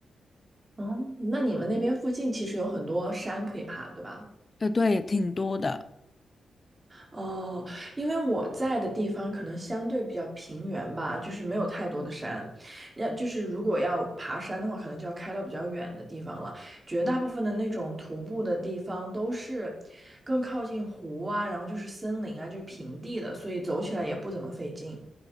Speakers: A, on the right (about 30°); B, on the left (about 40°).
A: 哦，那你们那边附近其实有很多山可以爬，对吧？
B: 呃对，挺多的。
A: 哦，因为我在的地方可能相对比较平原吧，就是没有太多的山。要就是如果要爬山的话，可能就要开到比较远的地方了。绝大部分的那种徒步的地方都是更靠近湖啊，然后就是森林啊，就是平地的，所以走起来也不怎么费劲。